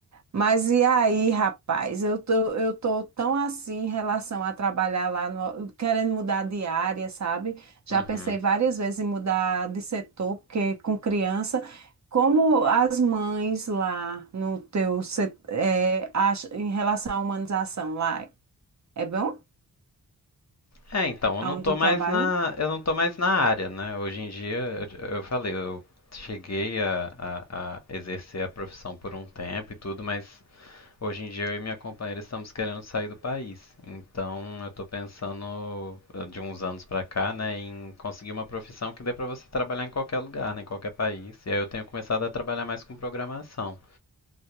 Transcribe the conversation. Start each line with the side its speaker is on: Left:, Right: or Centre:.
Right: Mas e aí, rapaz? Eu tô, eu tô tão assim em relação a trabalhar lá, no- querendo mudar de área, sabe? Já
Left: uhum.
Right: pensei várias vezes em mudar de setor, porque com criança, como as mães lá no teu setor, em relação à humanização lá, é bom?
Left: É, então, eu
Right: Aonde
Left: não tô
Right: tu
Left: mais
Right: trabalha?
Left: na, eu não tô mais na área, né? Hoje em dia, eu, eu falei, eu cheguei a, a, a exercer a profissão por um tempo e tudo, mas hoje em dia eu e minha companheira estamos querendo sair do país. Então, eu tô pensando eh, de uns anos pra cá, né, em conseguir uma profissão que dê pra você trabalhar em qualquer lugar, né, em qualquer país. E aí eu tenho começado a trabalhar mais com programação.